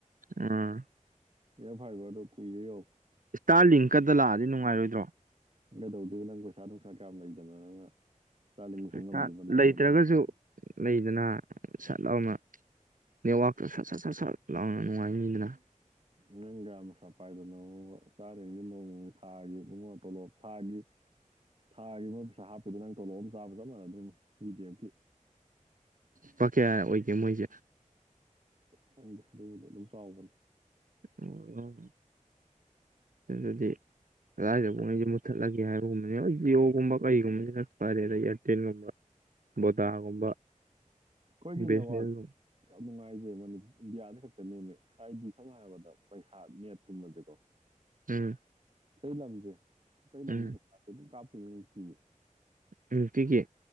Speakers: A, on the right; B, on the right.
A: ꯑꯥ
B: ꯌꯥ ꯐꯥꯏꯕ ꯇ ꯀꯏꯔꯦ ꯗ
A: ꯏꯁꯇꯥꯔ ꯂꯤꯡꯀꯗ ꯂꯥꯛꯑꯗꯤ ꯅꯨꯡꯉꯥꯏꯔꯣꯏꯗ꯭ꯔꯣ
B: ꯂ ꯄꯁꯥꯗ ꯀꯌꯥꯌꯥꯝ ꯂꯩꯖꯅꯅ ꯆꯥꯅꯤꯡꯕ ꯁꯪꯉꯝꯗꯕꯅ
A: ꯏꯁꯇꯥꯔ ꯂꯩꯇ꯭ꯔꯒꯁꯨ
B: ꯅꯠꯇ ꯌꯥꯝ
A: ꯂꯩꯗꯅ ꯁꯠ ꯂꯥꯎꯅ ꯅꯦꯠꯋꯥꯛꯇ ꯁꯠ ꯁꯠ ꯁꯠ ꯁꯠ ꯂꯥꯎꯅ ꯅꯨꯡꯉꯥꯏꯅꯤꯗꯅ
B: ꯅꯪ ꯔꯝ ꯁꯄ ꯍꯥꯏꯗꯅ ꯁꯔ ꯊꯥꯒꯨꯡꯉꯣ ꯇꯂꯞ ꯊꯥꯒꯤ ꯊꯥꯒꯤ ꯃꯣꯏ ꯄꯩꯁꯥ ꯍꯥꯞꯄꯤꯗꯨ ꯅꯪ ꯇꯣꯂꯣꯞ ꯑꯃꯝ ꯆꯥꯕ ꯆꯞ ꯃꯥꯟꯅꯗꯣꯏꯔꯤ ꯕꯤꯗꯤꯤ ꯑꯦꯐꯀꯤ
A: ꯄꯀꯌꯥ ꯑꯣꯏꯒꯦ ꯃꯣꯏꯁꯦ
B: ꯈꯪꯗꯦ ꯑꯗꯨꯕꯨꯗꯤ ꯑꯗꯨꯝ ꯆꯥꯎꯕꯅꯦ
A: ꯑꯣ ꯑꯗꯨꯗꯤ ꯀꯗꯥꯏꯗꯐꯥꯎ ꯑꯩꯩꯁꯦ ꯃꯨꯠꯊꯠꯂꯒꯦ ꯍꯥꯏꯕꯒꯨꯝꯕꯅꯦ ꯍ ꯖꯤꯑꯣꯣꯒꯨꯝꯕ ꯀꯩꯒꯨꯝꯕ ꯈ ꯐꯔꯦ ꯑꯗ ꯏꯌꯥꯔꯇꯦꯜꯒꯨꯝꯕ ꯕꯣꯗꯥꯒꯨꯝꯕ
B: ꯀꯣꯏꯒꯤꯅꯦ
A: ꯕꯤꯁꯅꯦꯜꯒꯨꯝꯕ
B: ꯋꯥꯔ ꯍꯥꯏꯁꯦ ꯏꯟꯗꯤꯌꯥꯅ ꯈꯛꯇ ꯅꯦꯝꯃꯦ ꯍꯥꯏꯗꯤ ꯁꯝꯅ ꯍꯥꯏꯔꯕꯗ ꯄꯩꯁꯥ ꯅꯦꯠꯀꯨꯝꯕꯁꯦꯀꯣ
A: ꯎꯝ
B: ꯂꯩ ꯂꯝꯝꯁꯦ ꯁ ꯂ
A: ꯎꯝ
B: ꯀ ꯦ
A: ꯎꯝ ꯀꯒꯤ